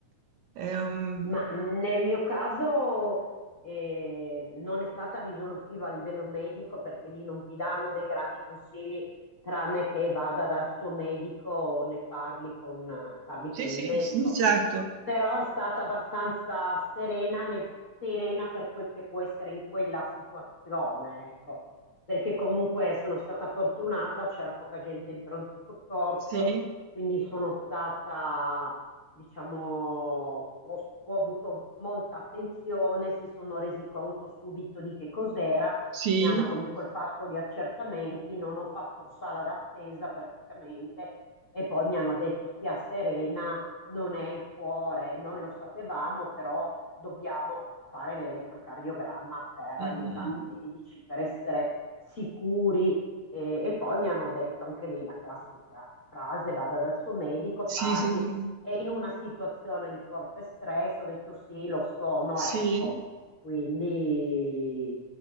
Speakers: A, on the right; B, on the left.
A: Ehm,
B: Ma nel mio caso eh, non è stata risolutiva a livello medico perché lì non ti danno dei grandi consigli tranne che vada dal suo medico o ne parli con, eh, parli
A: sì,
B: con il
A: sì,
B: medico.
A: sì, certo.
B: Però è stata abbastanza serena, nel- serena per quel che può essere in quella situazione, ecco. Perché comunque sono stata fortunata, c'era poca gente in pronto soccorso
A: Sì,
B: quindi sono stata, diciamo, ho, ho avuto molta attenzione, si sono resi conto subito di che cos'era,
A: sì.
B: mi hanno comunque fatto gli accertamenti, non ho fatto sala d'attesa praticamente e poi mi hanno detto stia serena, non è il cuore, noi lo sapevamo, però dobbiamo fare l'elettrocardiogramma per
A: Mm,
B: gli
A: mm.
B: esami medici, per essere sicuri e, e poi mi hanno detto anche lì la classica frase, vada dal suo medico,
A: Sì,
B: parli,
A: sì, sì.
B: è in una situazione di forte stress, ho detto sì, lo sono,
A: Sì.
B: ecco. Quindi